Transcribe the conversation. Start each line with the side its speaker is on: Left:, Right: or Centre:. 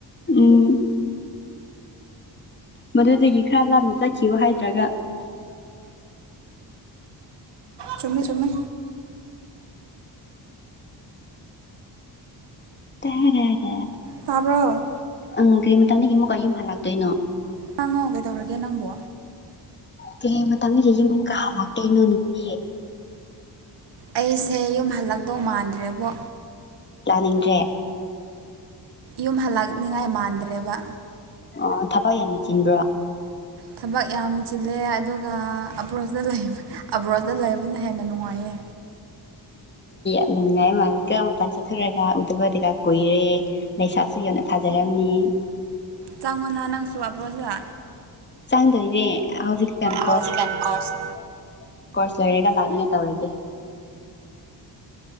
Left: ꯎꯝ ꯃꯗꯨꯗꯒꯤ ꯈꯔ ꯂꯥꯞꯅ ꯆꯠꯈꯤꯌꯣ ꯍꯥꯏꯗ꯭ꯔꯒ
Right: ꯆꯨꯝꯃꯦ-ꯆꯨꯝꯃꯦ
Left: ꯇꯦꯔꯦ-ꯔꯦ
Right: ꯇꯥꯕ꯭ꯔꯣ
Left: ꯎꯝ ꯀꯔꯤ ꯃꯇꯝꯗꯒꯤ ꯑꯃꯨꯛꯀ ꯌꯨꯝ ꯍꯥꯜꯂꯥꯛꯇꯣꯏꯅꯣ
Right: ꯍꯥꯡꯉꯣ ꯀꯩꯗꯧꯔꯒꯦ ꯅꯪꯕꯣ
Left: ꯀꯦ-ꯀꯦ ꯃꯇꯝꯗꯗꯤ ꯌꯨꯝ ꯀꯥ ꯂꯥꯛꯇꯣꯏꯅꯣ ꯅꯨꯄꯤ
Right: ꯑꯩꯁꯦ ꯌꯨꯝ ꯍꯜꯂꯛꯇꯣ ꯃꯥꯟꯗ꯭ꯔꯦꯕꯣ
Left: ꯂꯥꯅꯤꯡꯗ꯭ꯔꯦ
Right: ꯌꯨꯝ ꯍꯥꯜꯂꯛꯅꯤꯉꯥꯏ ꯃꯥꯟꯗ꯭ꯔꯦꯕ
Left: ꯑꯣ ꯊꯕꯛ ꯌꯥꯝꯅ ꯆꯤꯟꯕ꯭ꯔꯣ
Right: ꯊꯕꯛ ꯌꯥꯝ ꯆꯤꯜꯂꯦ ꯑꯗꯨꯒ ꯑꯕ꯭ꯔꯣꯠꯇ ꯂꯩ ꯑꯕ꯭ꯔꯣꯠꯇ ꯂꯩꯕ ꯍꯦꯟꯅ ꯅꯨꯡꯉꯥꯏꯌꯦ
Left: ꯅꯝꯅꯤꯡꯉꯥꯏ ꯃꯥꯂꯤꯀꯣ ꯃꯄꯥꯟ ꯆꯠꯈ꯭ꯔꯥꯒ ꯎꯗꯕ ꯀꯩꯀꯥ ꯀꯨꯏꯔꯦ ꯂꯩꯁꯥꯁꯨ ꯌꯧꯅ ꯐꯥꯖꯔꯝꯃꯦ
Right: ꯆꯪꯉꯣꯅ ꯅꯪꯁꯨ ꯑꯕ꯭ꯔꯣꯠꯇ
Left: ꯆꯪꯗꯣꯏꯅꯦ ꯍꯧꯖꯤꯛ ꯇꯦꯟ ꯀꯣꯔꯁ-ꯀꯣꯔꯁ
Right: ꯍꯧꯖꯤꯛꯀꯥꯟ ꯀꯣꯔꯁ
Left: ꯂꯣꯏꯔꯒ ꯂꯥꯛꯅꯤ ꯇꯧꯔꯒꯦ